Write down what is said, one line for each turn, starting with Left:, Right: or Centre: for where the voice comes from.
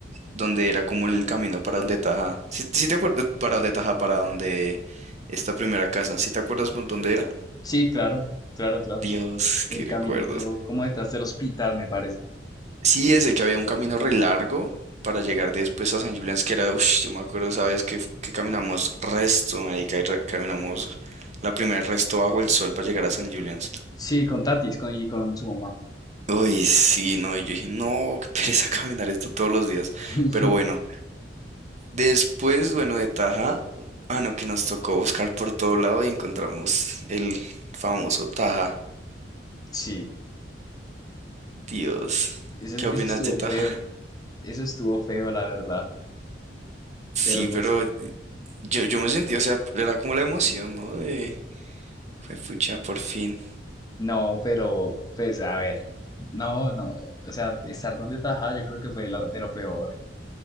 Right: donde era como el camino para donde Taja. Si si te acuerdas? Para donde Taja, para donde esta primera casa. Si te acuerdas por dónde era?
Left: Sí, claro, claro, claro.
Right: Dios,
Left: El
Right: qué recuerdos.
Left: caminito como detrás del hospital, me parece.
Right: Sí, ese que había un camino
Left: Ujú.
Right: re largo para llegar después a San Julián, que era, uff, yo me acuerdo esa vez que, que caminamos resto, ahí que re- caminamos la primera resto bajo el sol para llegar a San Julián.
Left: Sí, con Tatis con, y con su mamá.
Right: Uy, sí, no, y yo dije, no, qué pereza <laughs> caminar esto todos los días.
Left: <laughs>
Right: Pero bueno, Después, bueno, de Taja, ah, no, que nos tocó buscar por todo lado y encontramos el famoso Taja.
Left: Sí,
Right: Dios,
Left: ese,
Right: ¿qué opinas
Left: ese estuvo
Right: de Taja?
Left: feo. Eso estuvo feo, la verdad.
Right: Sí,
Left: Pero pues.
Right: pero yo, yo me sentí, o sea, era como la emoción, ¿no? De, fue pucha, por fin.
Left: No, pero pues a ver, no, no, o sea, estar donde tajada yo creo que fue lo- de lo peor.